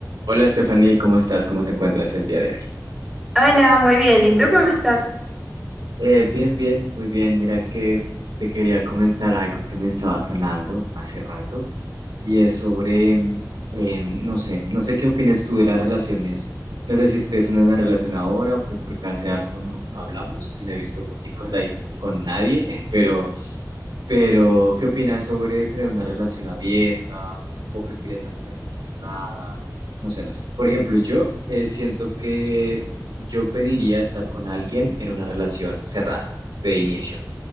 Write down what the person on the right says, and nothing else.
Hola Stephanie, ¿cómo estás? ¿Cómo te encuentras el día de hoy?
Eh, bien, bien, muy bien. Mira que te quería comentar algo que me estaba sonando hace rato y es sobre, mm, em, no sé, no sé qué opinas tú de las relaciones. No sé si estés en una relación ahora, pues porque hace harto no, no hablamos y no he visto foticos ahí con nadie, <laughs> pero, pero ¿qué opinas sobre tener una relación abierta o prefieres las relaciones cerradas? No sé, no sé. Por ejemplo, yo eh, siento que yo pediría estar con alguien en una relación cerrada de inicio.